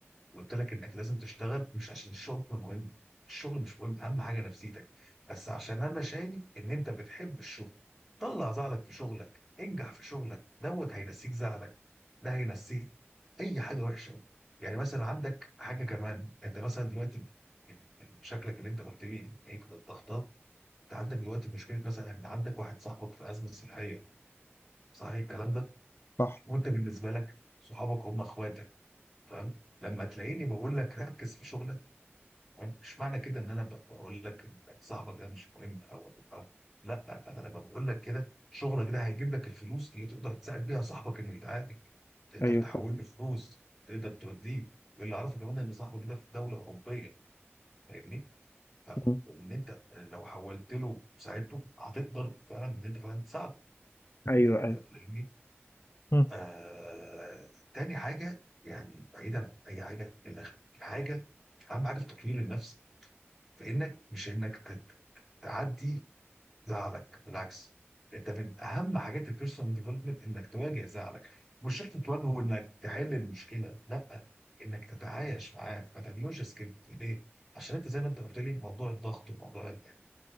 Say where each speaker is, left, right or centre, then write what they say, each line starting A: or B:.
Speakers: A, in the centre; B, on the left.
A: وقلت لك انك لازم تشتغل مش عشان الشغل مهم الشغل مش مهم اهم حاجه نفسيتك بس عشان انا شايف ان انت بتحب الشغل طلع زعلك في شغلك انجح في شغلك دوت هينسيك زعلك ده هينسيك اي حاجه وحشه يعني مثلا عندك حاجه كمان انت مثلا دلوقتي من- من شكلك اللي انت قلت لي هيك الضغطات انت عندك دلوقتي مشكله مثلا ان عندك واحد صاحبك في ازمه صحيه صحيح الكلام ده
B: صح
A: وانت بالنسبه لك صحابك هم اخواتك فاهم لما تلاقيني بقول لك ركز في شغلك مش معنى كده ان انا ب- بقول لك إن صاحبك ده مش مهم او او او لا انا لما بقول لك كده شغلك ده هيجيب لك الفلوس اللي تقدر تساعد بيها صاحبك انه يتعالج تقدر
B: أيوه
A: تحول
B: فاهم
A: له فلوس تقدر توديه واللي اعرفه كمان ان صاحبك ده في دوله اوروبيه فاهمني فان
B: مم.
A: انت لو حولت له وساعدته هتقدر فعلا ان انت فعلا تساعده
B: أيوه
A: ت-
B: أيوه
A: ت- فاهمني
B: مم.
A: آه تاني حاجة يعني بعيدا عن أي حاجة الأخ- الحاجة أهم حاجة في تطوير النفس في إنك مش إنك تت- تعدي زعلك بالعكس أنت من أهم حاجات البيرسونال ديفلوبمنت إنك تواجه زعلك مش شرط تواجهه إنك تحل المشكلة لا إنك تتعايش معاه ما تعملوش سكيب ليه؟ عشان أنت زي ما أنت قلت لي موضوع الضغط وموضوع